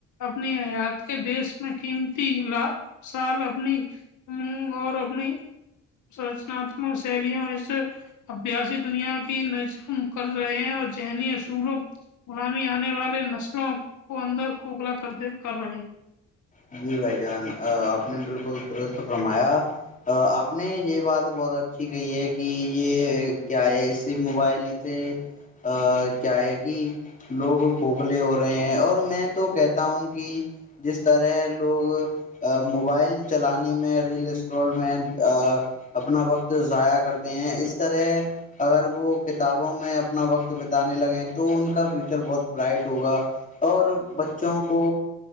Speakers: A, on the left; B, on the left.
A: اپنی حیات کے بیس میں قیمتی لا سال اپنی ہ اور اب نہیں <unintelligible> سچناتمک شیلیاں اس ابیاسی دنیا کی نج کر رہے ہیں اور ذہنی اصولوں غلامی آنے والے نسلوں کو اندر کھکھلا کر د کر رہے ہیں
B: جی بھائی جان آپ نے بالکل درست فرمایا آپ نے یہ بات بہت اچھی کہ ہے کہ یہ کیا ہے اس سے موبائل سے ا کیا ہے کہ لوگ کھوکھلے ہو رہے ہیں اور میں تو کہتا ہوں کہ جس طرح لوگ موبائل چلانے میں ریل اسٹرول میں اپنا وقت ضائع کرتے ہیں اس طرح اگر وہ کتابوں میں اپنا وقت بتانے لگے تو ان کا فیوچر بہت برائٹ ہوگا اور بچوں کو